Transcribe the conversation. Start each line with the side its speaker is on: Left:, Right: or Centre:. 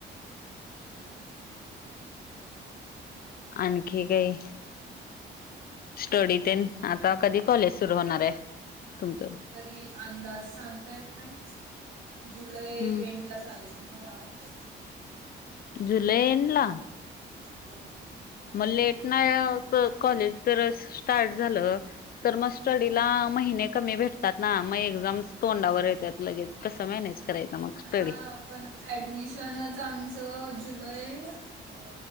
Right: र ठीक आहे.
Left: आणखी काय? स्टडी ते आता कधी कॉलेज सुरू होणार आहे? तुमचं
Right: तरी अंदाज सांगता येत नाही जुलै
Left: हम्म
Right: एंडला चालू होईल. मला वाटते
Left: जुलै एंडला?
Right: हो
Left: मग लेट नाही कॉलेज जर स्टार्ट झालं तर मग स्टडीला महिने कमी भेटतात ना मग एक्झामस तोंडावर येतात लगेच. कसं मॅनेज करायचा मग स्टडी
Right: हा पण ऍडमिशनच आमचं जुलै अ